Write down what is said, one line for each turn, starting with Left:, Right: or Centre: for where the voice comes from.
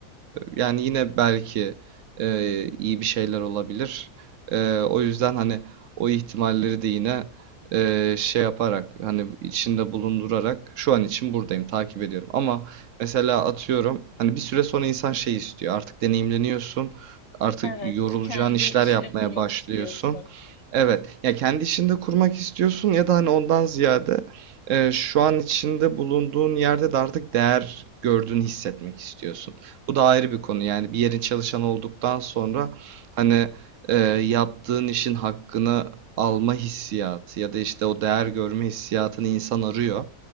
Right: yani yine belki e, iyi bir şeyler olabilir. E, o yüzden hani o ihtimalleri de yine e, şey yaparak hani içinde bulundurarak şu an için buradayım takip ediyorum. Ama mesela atıyorum hani bir süre sonra insan şey istiyor artık deneyimleniyorsun artık
Left: Evet,
Right: yorulacağın
Left: kendi
Right: işler
Left: işini
Right: yapmaya
Left: kurmak
Right: başlıyorsun.
Left: istiyorsun.
Right: Evet ya kendi işinde kurmak istiyorsun ya da hani ondan ziyade e, şu an içinde bulunduğun yerde de artık değer gördüğünü hissetmek istiyorsun. Bu da ayrı bir konu yani bir yerin çalışanı olduktan sonra hani e, yaptığın işin hakkını alma hissiyatı ya da işte o değer görme hissiyatını insan arıyor.